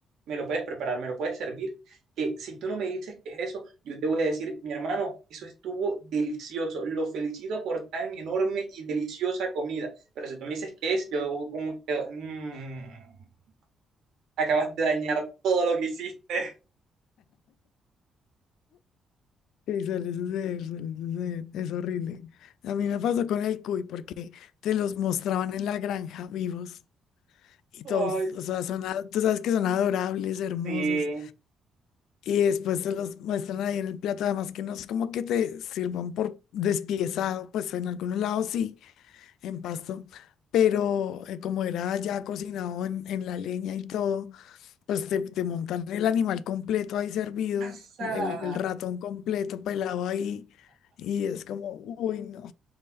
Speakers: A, on the right; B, on the left.
A: me lo puedes preparar, me lo puedes servir que si tú no me dices qué es eso, yo te voy a decir, mi hermano, eso estuvo delicioso, lo felicito por tan enorme y deliciosa comida, pero si tú me dices qué es, yo como que... mm, acabas de dañar todo lo que hiciste.
B: sí, suele suceder, suele suceder, es horrible. A mí me pasó con el cuy porque te los mostraban en la granja vivos y
A: <laughs>
B: todos,
A: Ay,
B: o sea, son, a- tú sabes que son adorables, hermosos.
A: sí.
B: Y después te los muestran ahí en el plato, además que no es como que te sirvan por despiezado, pues en algunos lados sí en pasto, pero eh, como era ya cocinado en, en la leña y todo, pues te, te montan el animal completo ahí servido,
A: Pasa.
B: el, el ratón completo pelado ahí, y es como, uy, no,